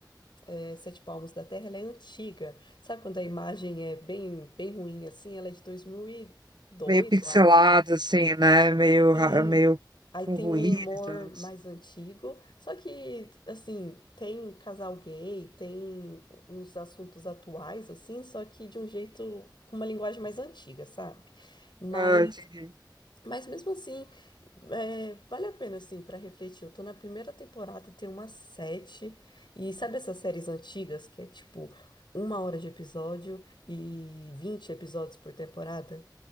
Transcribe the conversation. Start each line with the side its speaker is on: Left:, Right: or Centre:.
Left: eh, Sete Palmos da Terra, ela é antiga. Sabe quando a imagem é bem, bem ruim assim? Ela é de 2002,
Right: Meio pixelada,
Left: eu acho.
Right: assim, né? Meio,
Left: Sim,
Right: ra- meio
Left: Aí
Right: com
Left: tem
Right: ruído
Left: um humor
Right: e tal.
Left: mais antigo, só que, assim, tem casal gay, tem uns assuntos atuais, assim, só que de um jeito, com uma linguagem mais antiga, sabe? Mas,
Right: Ah, entendi.
Left: mas mesmo assim, é, vale a pena, assim, para refletir. Eu tô na primeira temporada, tem umas sete, e sabe essas séries antigas, que é tipo uma hora de episódio e 20 episódios por temporada?